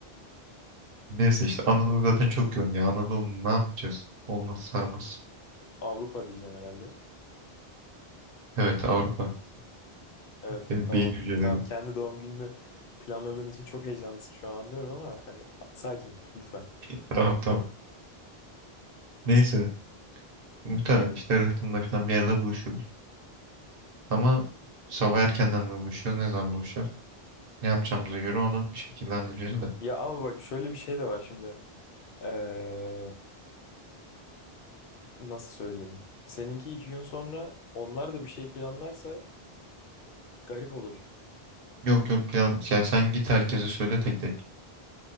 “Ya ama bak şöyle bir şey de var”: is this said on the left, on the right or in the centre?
Left